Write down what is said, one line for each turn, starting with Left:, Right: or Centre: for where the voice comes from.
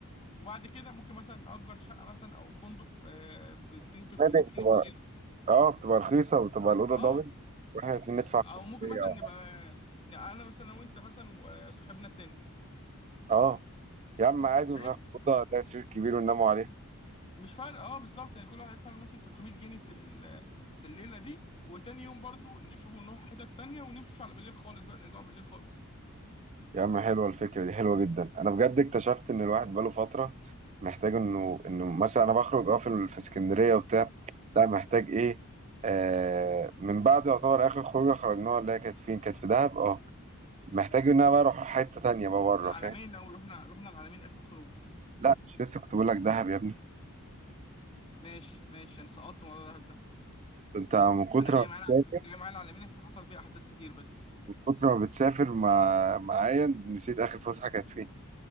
Left: وبعد كده ممكن مثلا نأجر شقة مثلا أو فندق آه، ب 200 300
Right: نادي بتبقى
Left: جنيه في الليل
Right: اه بتبقى رخيصه وبتبقى الاوضه
Left: اه
Right: دبل واحنا الاتنين
Left: بز-
Right: ندفع
Left: أو
Right: 500
Left: ممكن مثلا
Right: أو
Left: نبقى
Right: حاجة.
Left: نبقى أنا مثلا وأنت مثلا وصاحبنا التاني
Right: اه يا عم عادي وناخد
Left: فاهم
Right: اوضه لها سرير كبير ونناموا عليه
Left: مش فارقه اه بالظبط يعني كل واحد يدفع له مثلا 300 جنيه في ال- في الليله دي وتاني يوم برضو نشوفه نروح حتت تانية ونمشي على بالليل خالص بقى نرجعوا بالليل خالص
Right: يا عم حلوة الفكرة دي حلوة جدا أنا بجد اكتشفت إن الواحد بقاله فترة محتاج إنه إنه مثلا أنا بخرج أه في ال- في اسكندرية وبتاع لا محتاج إيه آه من بعد يعتبر آخر خروجة خرجناها اللي هي كانت فين كانت في دهب أه محتاج إن أنا بقى أروح حتة تانية بقى بره
Left: العلمين
Right: فاهم
Left: لو <laughs> رحنا رحنا العلمين اخر خروج
Right: لا مش لسه كنت بقول لك دهب يا ابني
Left: ماشي ماشي انا سقطت موضوع الدهب ده
Right: أنت من كتر
Left: انا جاي
Right: ما بتسافر
Left: معايا الع- جاي معايا العلمين عشان حصل فيها احداث كتير بس
Right: من كتر ما بتسافر مع معايا نسيت آخر فسحة كانت فين